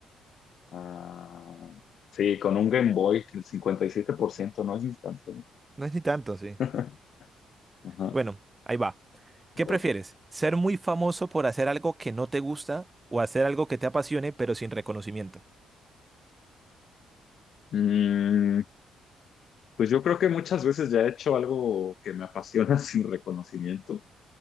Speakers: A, on the left; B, on the right.
A: ah, sí, con un Game Boy, que el 57% no es instantáneo.
B: No es ni tanto, sí.
A: <laughs> Ajá.
B: Bueno, ahí va. ¿Qué
A: a
B: prefieres?
A: ver.
B: ¿Ser muy famoso por hacer algo que no te gusta o hacer algo que te apasione pero sin reconocimiento?
A: Mm, pues yo creo que muchas veces ya he hecho algo que me apasiona <laughs> sin reconocimiento.